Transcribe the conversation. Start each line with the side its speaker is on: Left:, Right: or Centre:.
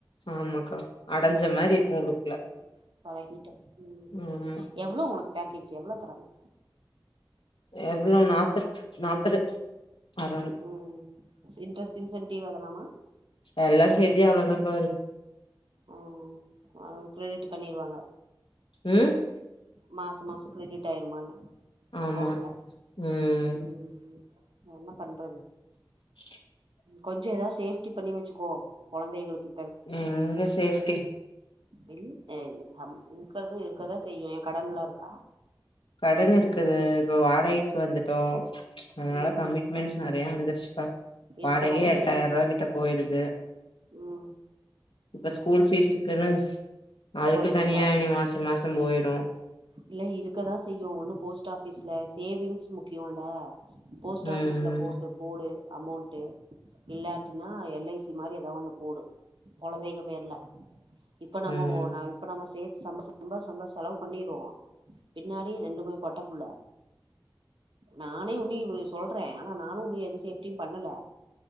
Left: ஆமாக்கா அடஞ்ச மாரி
Right: ம்
Left: இருக்கு உள்ளுக்குல
Right: பழகிட்டே ம்
Left: ஆமா
Right: எவ்ளோ உனக்கு பேக்கேஜ் எவ்ளோ தராங்க
Left: எவ்ளோ நாப்பத் நாப்பது அரௌண்ட்
Right: உம் இன்ரஸ் இன்சென்டிவ் அதலாமா
Left: எல்லா சேத்தி அவ்ளோதாப்பா வருது
Right: ம் ஆ கிரெடிட் பண்ணிருவாங்க
Left: உம் <unintelligible>
Right: மாச மாச கிரெடிட் ஆயிருமானே
Left: ஆமா
Right: அக்கௌண்ட்ல
Left: ம்
Right: உம் என்ன பண்றது
Left: <inaudible>
Right: கொஞ்சோ ஏதாவது சேஃப்டி பண்ணி வச்சுக்கோ கொழந்தைகளுக்கு
Left: ம் எங்க சேப்டி
Right: இல்ல இக்க <unintelligible> இருக்கதா செய்யு ஏ கடன்ல்லா இருக்கா
Left: கடன் இருக்குது இப்ப வாடகைக்கு வந்துட்டோம் அதனால
Right: ம்
Left: கமிட்மெண்ட்ஸ் நறையா வந்துருச்சுக்கா
Right: இருக்கதாண்டி
Left: வாடகையே எட்டாயிரூபா
Right: செய்யு
Left: கிட்ட போயிடுது
Right: ம்
Left: இப்ப ஸ்கூல் ஃபீஸ்க்குன்னு
Right: இரு
Left: அதுக்கு
Right: போயிருக்கு
Left: தனியா
Right: பாதி
Left: இனி மாசம் மாசம் போயிடும்
Right: இல்ல இருக்கதான் செய்யும் ஒன்னும் போஸ்ட் ஆபிஸ்ல சேவிங்ஸ் முக்கியம் இல்ல போஸ்ட்
Left: ம்
Right: ஆபிஸ்ல போட்டு போடு அமௌண்ட்டு இல்லாட்டினா எல் ஐ சி மாரி ஏதோ ஒண்ணு போடு கொழந்தைக பேர்ல இப்ப நம்ம
Left: ம்
Right: ஓ ந இப்ப நம்ம சே சம்ப சம்ப சம்ப செலவு பண்ணிருவோம் பின்னாடி ரெண்டுமே பொட்ட புள்ள நானே உன்னி இவு னை சொல்றேன் ஆனா நானும் உன்னு எது சேப்டியும் பண்ணல